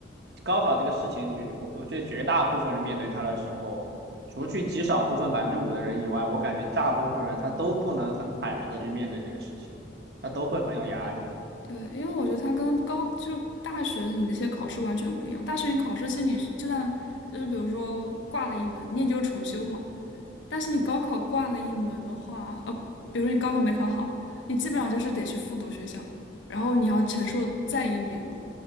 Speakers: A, on the right; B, on the left.
A: 高考这个事情，就我我觉得绝大部分人面对它的时候，除去极少部分百分之五的人以外，我感觉大部分人他都不能很坦然的去面对这个事情，他都会很有压力。
B: 对，因为我觉得它跟高就大学你那些考试完全不一样。大学你考试其实你是就算就是比如说挂了一门，你也就是重修嘛。但是你高考挂了一门的话，呃，比如说你高考没考好，你基本上就是得去复读学校，然后你要承受再一年了。